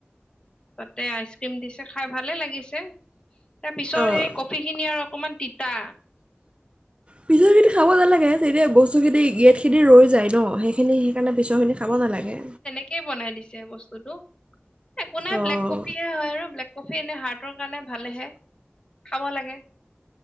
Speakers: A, on the left (about 25°); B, on the right (about 30°).
A: তাতে আইচক্ৰীম দিছে খাই ভালে লাগিছে তাৰ পিছৰ
B: অঁ
A: সেই কফি খিনি আৰু <unintelligible> মান তিতা।
B: পিছৰ খিনি খাব নালাগে তেতিয়া বস্তু খিনি গেট খিনি ৰৈ যায় ন সেইখিনি <unintelligible> পিছৰখিনি খাব নালাগে।
A: ঠিকেই বনাই দিছে বস্তুটো একো নাই
B: অঁ
A: ব্লেক কফিহে হয় আৰু ব্লেক কফি এনে হাৰ্টৰ কাৰণে ভালেহে খাব লাগে।